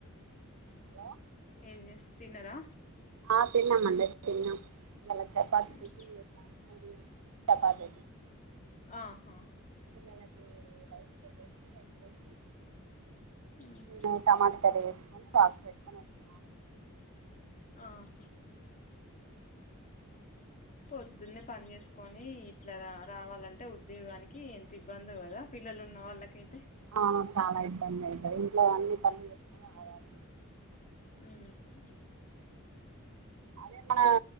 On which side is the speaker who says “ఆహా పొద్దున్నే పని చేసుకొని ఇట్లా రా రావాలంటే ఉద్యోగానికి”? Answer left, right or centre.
Left